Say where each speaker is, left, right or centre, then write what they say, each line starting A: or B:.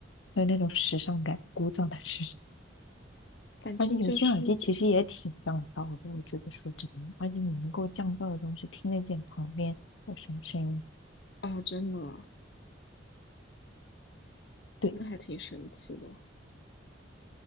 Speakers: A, on the left; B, on the left.
A: 很有那种时尚感，古早的时尚。
B: 反正就是
A: 而且有线耳机其实也挺降噪的，我觉得说真的，而且你能够降噪的东西听得见旁边有什么声音。
B: 哦，真的啊，
A: 对，
B: 那还挺神奇的。